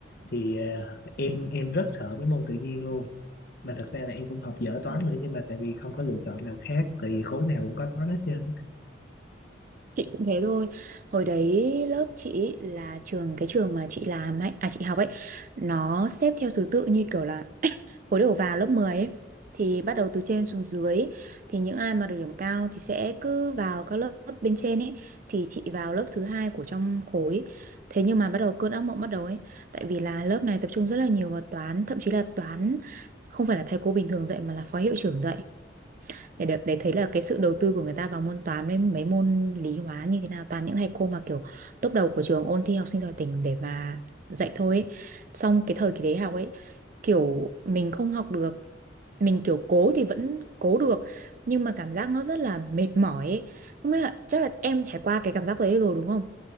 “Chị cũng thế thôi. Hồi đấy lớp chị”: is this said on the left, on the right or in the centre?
Right